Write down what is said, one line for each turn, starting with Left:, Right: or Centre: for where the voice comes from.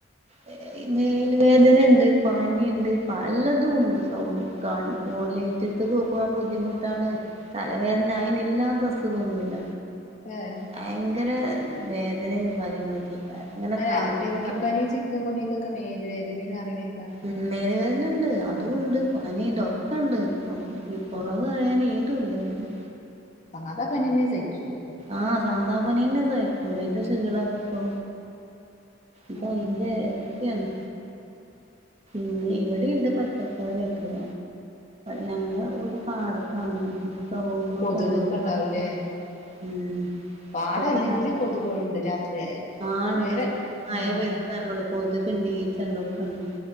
Right: ഹേ ഹേ മേൽ വേദനണ്ട് പനിണ്ട് പലതുംണ്ട് സൗ കാണ് ഫോൺ ലേറ്റത്ത് കോക്കാൻ ബുദ്ധിമുട്ടാണ് തലവേദന അയിന് ഇല്ലാത്ത അസുഖന്നുല്ല
Left: ഹേ
Right: ഭയങ്കര വേദനയും കാര്യങ്ങളൊക്കെ അങ്ങനെ
Left: അല്ല
Right: തണുപ്പ്
Left: ഡെങ്കിപ്പനി
Right: കറക്ക
Left: ചിക്കൻ കുനിയാക്കൊക്കെ മേല് വേദനെണ് അറിണേക്കാ
Right: ഉം മേൽവേദനണ്ട് അതുണ്ട് പനിണ്ട് ഒ ക്കണ്ട് ഒ ഈ കൊറവ്ർയാൻ ഏതുല്ലല്ലോ
Left: സാദാ പനിനന്നെ സഹിച്ചൂല
Right: ആഹ് സാദാ പനിനന്നെ സഹിക്കൂല ന്റെ ഷീണക്കപ്പോ ഇതായി-
Left: ആഹ്
Right: ഏഹ് ത്തിയാണ് ന്നെ ഇവടിണ്ട് പച്ചക്കറി ഒക്കെ ഞങ്ങളെ വീട് പാടത്താണ് ഹ് കാവ്ങ്ങൊക്ക്ഉണ്ടായ്
Left: കൊതുകൊക്കെ ഉണ്ടാവൂലേ
Right: കാണ്ട് ഉം
Left: പാട
Right: ഇപ്പത്തെ
Left: അല്ലെങ്കില്
Right: കാത്രന്നെ
Left: കൊതുകുകളുണ്ട് രാത്രിയായ
Right: ആഹ്
Left: നേരെ
Right: ണ്ട് മഴ
Left: ആഹ്
Right: പെയ് തന്നെള്ളു കൊത്ക്ണ്ട് ഈച്ചൻണ്ട് ഒക്കണ്ട്